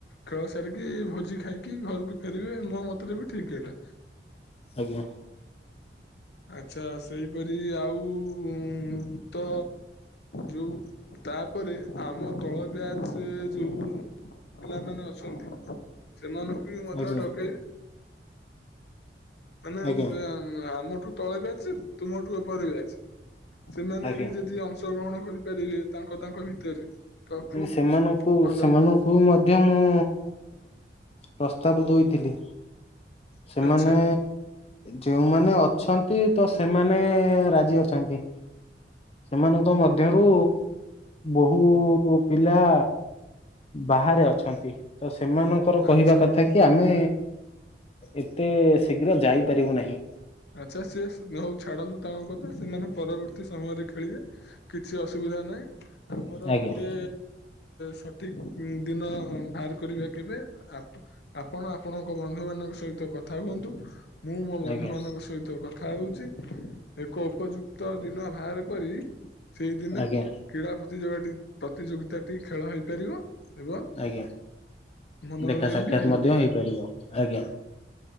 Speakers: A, on the left; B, on the left.
A: ଖେଳ ସାରିକି ଭୋଜି ଖାଇକି ଘରକୁ ଫେରିବେ ମୋ ମତରେ ବି ଠିକ ଏଇଟା।
B: ଆଜ୍ଞା।
A: ଆଚ୍ଛା ସେଇପରି ଆଉ ତ ଯୋଉ ତାପରେ ଆମ ତଳ ବ୍ୟାଚ୍ ଯୋଉ ପିଲାମାନେ ଅଛନ୍ତି ସେମାନଙ୍କୁ ବି ମଧ୍ୟ
B: ଆଜ୍ଞା
A: ଡକେଇବେ। ମାନେଆମ
B: ଆଜ୍ଞା
A: ଆମ ଆମଠୁ ତଳେ ବ୍ୟାଚ୍ ତୁମଠୁ ଉପର ବ୍ୟାଚ୍। ସେମାନେ
B: ଆଜ୍ଞା
A: ବି ଯଦି ଅଂଶ ଗ୍ରହଣ କରିପାରିବେ ତାଙ୍କ ତାଙ୍କ ଭିତରେ। ତ
B: <unintelligible>
A: ଖୁବ୍
B: ସେମାନଙ୍କୁ
A: ଭଲ
B: ସେମାନଙ୍କୁ
A: ହବ
B: ମଧ୍ୟ ମୁଁ ପ୍ରସ୍ତାବ ଦଉଥିଲି। ସେମାନେ
A: ଆଚ୍ଛା
B: ଯଉମାନେ ଅଛନ୍ତି ତ ସେମାନେ ରାଜି ଅଛନ୍ତି। ସେମାନଙ୍କ ମଧ୍ୟରୁ ବୋହୁ ପିଲା ବାହାରେ ଅଛନ୍ତି ତ ସେମାନଙ୍କର କହିବା
A: ଆଚ୍ଛା
B: କଥା କି ଆମେ ଏତେ ଶୀଘ୍ର ଯାଇପାରିବୁ ନାହିଁ।
A: ଆଚ୍ଛା ସେ ଯଉ ଛାଡନ୍ତୁ ତାଙ୍କ କଥା ସେମାନେ ପରବର୍ତ୍ତୀ ସମୟରେ ଖେଳିବେ କିଛି ଅସୁବିଧା ନାହିଁ ଆମର
B: ଆଜ୍ଞା
A: ଗୋଟେ ସ ଠିକ୍ ଦିନ ବାହାର କରିବା କେବେ ଆକୁ ଆପଣ ଆପଣଙ୍କ ବନ୍ଧୁ ମାନଙ୍କ ସହିତ କଥା ହୁଅନ୍ତୁ। ମୁଁ ମୋ ବନ୍ଧୁମାନଙ୍କ
B: ଆଜ୍ଞା
A: ସହିତ କଥା ହେଉଛି ଏକ ଉପଯୁକ୍ତ ଦିନ ବାହାର କରି ସେଇଦିନେ
B: ଆଜ୍ଞା
A: କ୍ରୀଡ଼ା ପ୍ରତିଯୋଗଟି ପ୍ରତିଯୋଗିତା ଟି ଖେଳ ହେଇପାରିବ? ଏବଂ
B: ଆଜ୍ଞା
A: ମନୋରଞ୍ଜନ
B: ଦେଖା ସାକ୍ଷାତ
A: ବି
B: ମଧ୍ୟ ହେଇପାରିବ ଆଜ୍ଞା।